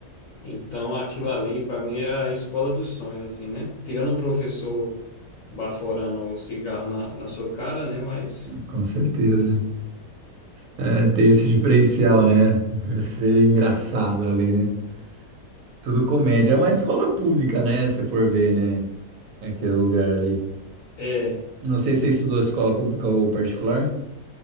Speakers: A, on the left (about 65°); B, on the right (about 70°).
A: Então aquilo ali, para mim, era a escola dos sonhos, assim, né? Tirando um professor baforando o cigarro na, na sua cara, né? Mas
B: com certeza. É, tem esse diferencial, né? Vai ser engraçado ali, né? Tudo comédia. É uma escola pública, né? Se for ver, né? Aquele lugar ali.
A: é,
B: Não sei se você estudou escola pública ou particular.